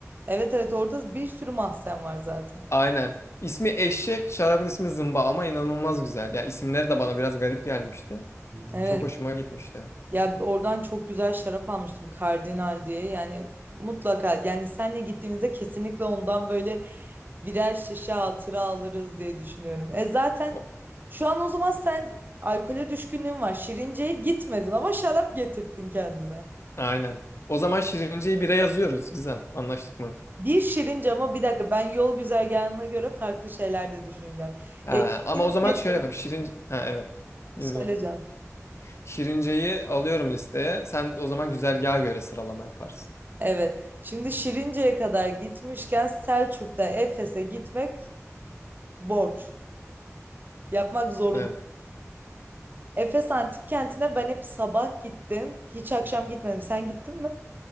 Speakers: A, on the right; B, on the left.
A: Evet evet orada bir sürü mahzen var zaten.
B: Aynen. İsmi eşek, şarabın ismi zımba ama inanılmaz güzel. Ya isimleri de bana biraz garip gelmişti.
A: Evet.
B: Çok hoşuma gitmişti.
A: Ya oradan çok güzel şarap almıştım Kardinal diye. Yani mutlaka yani senle gittiğimizde kesinlikle ondan böyle birer şişe hatıra alırız diye düşünüyorum. E zaten
B: O,
A: şu an o zaman sen alkole düşkünlüğün var. Şirince'ye gitmedin ama şarap getirttin kendine.
B: aynen. O zaman Şirince'yi bire yazıyoruz Gizem. Anlaştık mı?
A: Bir Şirince ama bir dakika ben yol güzergahına göre farklı şeyler de düşüneceğim.
B: Ha,
A: E, Şirince
B: ama o zaman şöyle yapalım. Şirince... Ha evet.
A: söyleyeceğim.
B: Dinliyorum. Şirince'yi alıyorum listeye. Sen o zaman güzergaha göre sıralama yaparsın.
A: Evet. Şimdi Şirince'ye kadar gitmişken Selçuk'ta Efes'e gitmek borç. Yapmak zorunda.
B: Evet.
A: Efes Antik Kenti'ne ben hep sabah gittim. Hiç akşam gitmedim. Sen gittin mi?